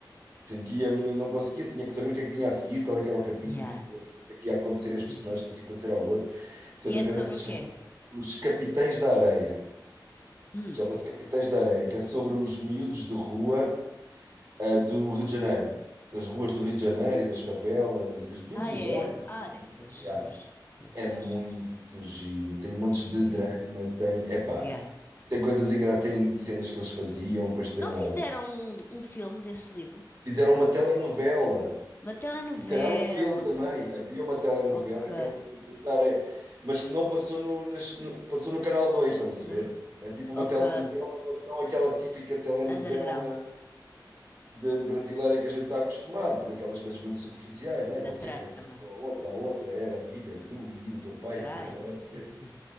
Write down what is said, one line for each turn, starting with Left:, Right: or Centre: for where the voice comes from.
Right: sentia-me, não conseguia, tinha que saber o que é que vinha a seguir, qual é que era o capítulo,
Left: Yeah,
Right: o que é que ia, a seguir, o que é que ia acontecer a este personagem,
Left: yeah.
Right: o que é que ia acontecer ao outro, etc.
Left: E é
Right: etc.
Left: sobre
Right: Chama
Left: o quê?
Right: Os Capitães da Areia.
Left: Hum.
Right: Chama-se Capitães da Areia, que é sobre os miúdos de rua, eh, do Rio de Janeiro. Das ruas do Rio de Janeiro e das favelas, e os miúdos,
Left: Ah,
Right: os
Left: é?
Right: órfãos.
Left: Ah, deve ser giro.
Right: Yeah.
Left: Deve
Right: É
Left: ser
Right: muito
Left: giro, sim.
Right: giro, tem montes de
Left: Yeah,
Right: drama, tem, epá,
Left: yeah.
Right: tem coisas engraçadas, tem cenas que eles faziam, depois tem
Left: Não
Right: lá.
Left: fizeram um, um filme desse livro?
Right: Fizeram uma
Left: Não.
Right: telenovela.
Left: Uma telenovela,
Right: E se calhar um filme também.
Left: ok.
Right: Havia uma telenovela
Left: Ok.
Right: que era o Capitães da Areia, mas que não passou no, nas- no- passou no Canal dois estás a perceber?
Left: Num-
Right: É tipo uma
Left: ok.
Right: telenovela, mas não aquela típica telenovela
Left: Underground.
Right: de brasileira que a gente está acostumado, daquelas coisas muito superficiais. Ai, você
Left: Da trama.
Right: casou com a outra, a outra era filha do e e o teu pai,
Left: Trai,
Right: afinal,
Left: não
Right: antes
Left: sei o
Right: teve.
Left: quê, sim.